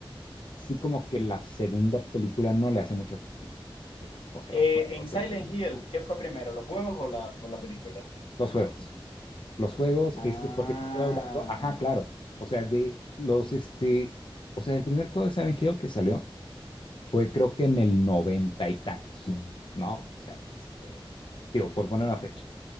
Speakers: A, on the left; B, on the left.
A: sí como que la segunda película no le hace mucha justicia, te digo, así como que
B: Eh,
A: los juegos
B: en Silent
A: originales,
B: Hill,
A: ajá,
B: ¿qué fue primero, los juegos o la, o la película?
A: los juegos. los juegos,
B: Ah,
A: este, porque te estoy hablando, ajá, claro, o sea, de los, este, o sea, el primer juego de Silent Hill que salió fue creo que en el noventa y tantos, ¿no? O sea, este, digo, por poner una fecha.